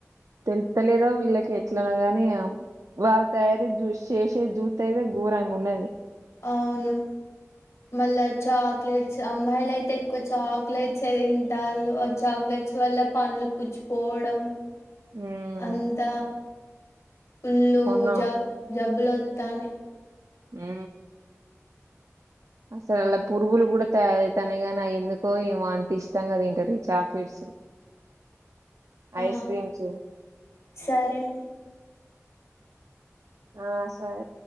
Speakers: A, on the right; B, on the left.
A: తెలుతలేదో వీళ్ళకి ఎట్లనొ గని ఇగ వాళ్ తయారీ జూసి చేసే జూతే అయితే గోరంగ్ ఉన్నది
B: అవును మళ్ళా చాక్లెట్స్ అమ్మాయిల అయితే ఎక్కువ చాక్లెట్స్ ఏ తింటలు ఆ చాక్ క్లేట్స్ వల్ల పండ్లు పుచ్చిపోవడం
A: ఉమ్
B: అంత ఫుల్లు
A: మొన్న
B: జ జబ్బులొతనయ్
A: ఊ అసలు అలా పురుగులు కూడా తయారయితనయ్ గని అయి ఎందుకో ఏమో అంత ఇష్టంగా తింటారు ఈ చాక్లెట్స్ ఉ
B: ఆ
A: ఐస్ క్రీమ్స్ ఊ
B: సరే
A: ఆ సరే